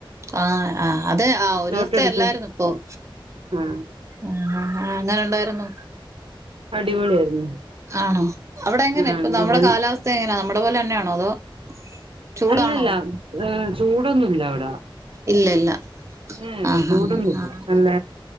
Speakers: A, on the right (about 35°); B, on the right (about 85°).
A: ആഹ ആ അത ആ
B: റിസോർട്ട്
A: ഒരു ദിവസത്തെ
B: എടുത്ത്
A: എല്ലാരുന്നനോപ്പം
B: ആഹ്
A: ആഹ ആ് എങ്ങനെ ഉണ്ടായിരുന്നു
B: അടിപൊളിയായിരുന്നു
A: ആണോ അവിടെ എങ്ങനെ
B: ആഹ്
A: ഇപ്പൊ നമ്മുടെ
B: നമ്മൾ
A: കാലാവസ്ഥ എങ്ങനാ നമ്മുടെ പോലെ തന്നെയാണോ അതോ ചൂടാണോ
B: അല്ലല്ല ഹ ചൂടൊന്നുല്ല അവിടെ
A: ഇല്ല ഇല്ല
B: ഏഹ്
A: ആഹ്
B: ചൂടൊന്നുല്ല
A: ആഹ് ആഹ
B: നല്ല